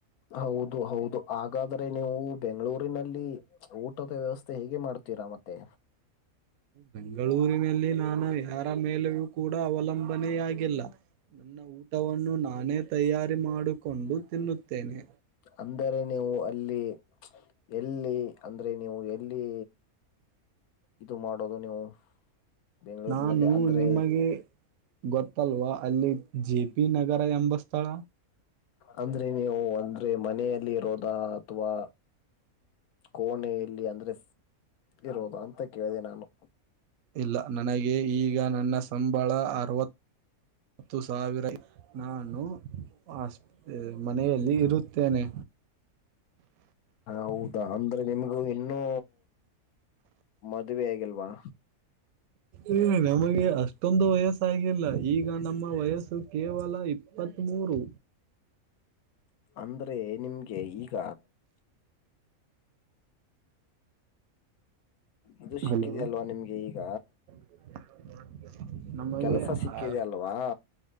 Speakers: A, on the left; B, on the right.
A: ಹೌದು ಹೌದು ಹಾಗಾದ್ರೆ ನೀವು ಬೆಂಗಳೂರಿನಲ್ಲಿ ಊಟದ ವ್ಯವಸ್ಥೆ ಹೇಗೆ ಮಾಡ್ತೀರಾ ಮತ್ತೆ
B: ಬೆಂಗಳೂರಿನಲ್ಲಿ ನಾನು ಯಾರ ಮೇಲೆಯೂ ಕೂಡ ಅವಲಂಬನೆಯಾಗಿಲ್ಲಾ ನನ್ನ ಊಟವನ್ನು ನಾನೇ ತಯಾರಿ ಮಾಡಿಕೊಂಡು ತಿನ್ನುತ್ತೇನೆ
A: ಅಂದರೆ ನೀವು ಅಲ್ಲಿ ಎಲ್ಲಿ ಅಂದ್ರೆ ನೀವು ಎಲ್ಲಿ ಇದು ಮಾಡೋದು ನೀವು ಬೆಂಗಳೂರಿನಲ್ಲಿ
B: ನಾನು
A: ಅಂದ್ರೆ
B: ನಿಮಗೆ. ಗೊತ್ತಲ್ವಾ ಅಲ್ಲಿ ಜೆ ಪಿ ನಗರ ಎಂಬ ಸ್ಥಳ.
A: ಅಂದ್ರೆ ನೀವು ಅಂದ್ರೆ ಮನೆಯಲ್ಲಿ ಇರೋದ, ಅಥವಾ ಕೋಣೆಯಲ್ಲಿ ಅಂದ್ರೆ ಇರೋದು ಅಂತ ಕೇಳ್ದೆ ನಾನು.
B: ಇಲ್ಲ ನನಗೆ ಈಗ ನನ್ನ ಸಂಬಳ ಅರವತ್ತು ಸಾವಿರ. ನಾನು ಆಸ್ ಮನೆಯಲ್ಲಿ ಇರುತ್ತೇನೆ.
A: ಹೌದಾ ಅಂದ್ರೆ ನಿಮ್ಗೆ ಇನ್ನೂ, ಮದುವೆ ಆಗಿಲ್ವಾ.
B: ಇಲ್ಲ ನಮಗೆ ಅಷ್ಟೊಂದು ವಯಸ್ಸ ಆಗಿಲ್ಲ. ಈಗ ನಮ್ಮ ವಯಸ್ಸು ಕೇವಲ ಇಪ್ಪತ್ತ್ ಮೂರು.
A: ಅಂದ್ರೆ ನಿಮ್ಗೆ ಈಗ. ಇದು ಸಿಕ್ಕಿದೇ
B: ಹಲೋ
A: ಅಲ್ವಾ ನಿಮ್ಗೆ ಈಗ.
B: <inaudible> ನಮಗೆ
A: ಕೆಲಸ ಸಿಕ್ಕಿದೆ
B: ಆ
A: ಅಲ್ವಾ